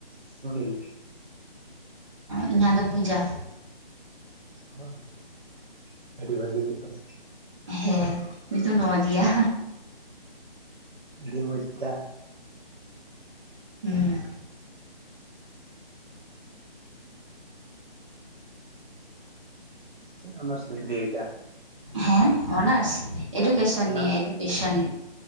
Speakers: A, on the right (about 55°); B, on the right (about 30°).
A: ᱥᱩᱱᱤᱞ
B: ᱤᱧᱟᱹᱜ ᱫᱚ ᱯᱩᱡᱟ᱾
A: ᱦᱚᱸ ᱟᱪᱪᱷᱟ ᱟᱹᱰᱤ ᱵᱷᱟᱹᱜᱤ ᱧᱩᱛᱩᱢ᱾
B: ᱦᱮᱸ, ᱧᱩᱛᱩᱢ ᱢᱚᱡᱽ ᱜᱮᱭᱟ᱾
A: ᱟᱹᱰᱤ ᱢᱚᱡᱽ <inaudible>
B: ᱦᱮᱸ
A: ᱪᱮᱫ ᱚᱱᱟᱨᱥ ᱵᱮᱱ ᱞᱟᱹᱭ ᱠᱟᱜ-ᱟ᱾
B: ᱦᱮᱸ ᱚᱱᱟᱨᱥ, ᱮᱰᱩᱠᱮᱥᱚᱱ
A: ᱚᱱᱟᱨᱥ
B: ᱱᱤᱭᱮ ᱮᱰᱩᱠᱮᱥᱚᱱ